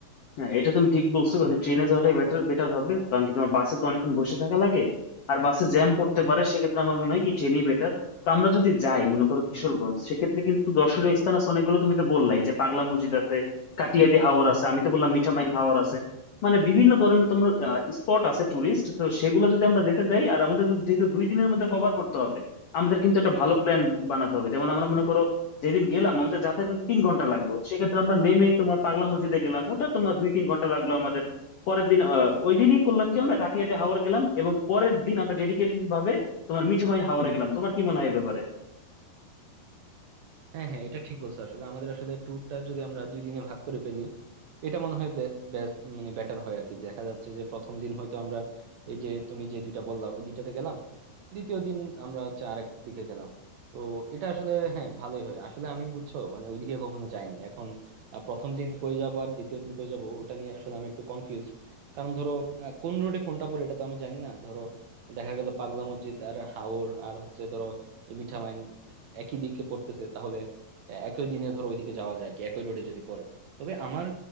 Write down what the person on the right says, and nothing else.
হ্যাঁ হ্যাঁ এটা ঠিক বলছো আসলে আমাদের আসলে ট্যুরটা যদি আমরা দুই দিনে ভাগ করে ফেলি এটা মনে হয় বে- বে- মানে বেটার হয় আর কি দেখা যাচ্ছে যে প্রথম দিন হয়তো আমরা এই যে তুমি যে দুইটা বললা ওই দুইটাতে গেলাম দ্বিতীয় দিন আমরা হচ্ছে আরেক দিকে গেলাম তো এটা আসলে হ্যাঁ ভালোই হয় আসলে আমি বুঝছো মানে ওইদিকে কখনো যাইনি এখন আহ, প্রথম দিন কই যাবো আর দ্বিতীয় দিন কই যাবো ওটা নিয়ে আসলে আমি একটু কনফিউজ কারণ ধরো আহ, কোন রোডে কোনটা পড়ে এটা তো আমি জানি না ধরো দেখা গেল পাগলা মসজিদ আর হাওর আর হচ্ছে ধরো এই মিঠামাইন একই দিকে পড়তেছে তাহলে একই দিনে ধরো ওইদিকে যাওয়া যায় আর কি একই রোডে যদি পড়ে তবে আমার